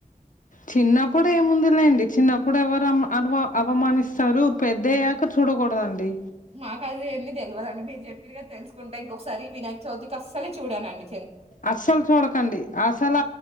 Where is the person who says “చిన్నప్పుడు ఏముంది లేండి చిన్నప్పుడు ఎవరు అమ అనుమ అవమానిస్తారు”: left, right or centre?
Left